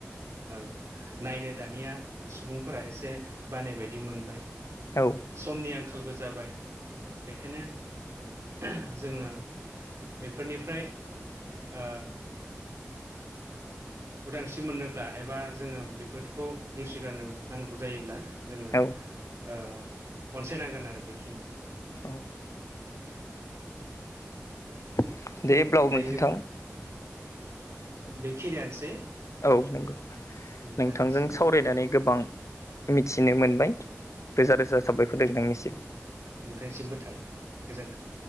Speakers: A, on the right (about 70°); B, on the left (about 85°).
A: औ। नायनो दानिया सुबुंफोरा एसे बानाय बायदि मोनबाय।
B: औ
A: समनि आंखालबो जाबाय बेखायनो जोंङो बेफोरनिफ्राय ओ उदांस्रि मोननोब्ला एबा जोङो बेफोरखौ नेवसिगारनो नांगौ जायोब्ला जोंङो
B: औ
A: ओ अनसायनांगोन आरो बेखिनियानो।
B: औ <unintelligible>
A: दायो बेखिनियानोसै।
B: औ नंगौ।
A: नोंथांनिसिमबो
B: नोंथांजों सावरायनानै गोबां मिथिनो मोनबाय
A: औ
B: रोजा रोजा साबाय खर नोंनिसिम।
A: नोंथांनिसिमबो थाबाय गोजोन्थों।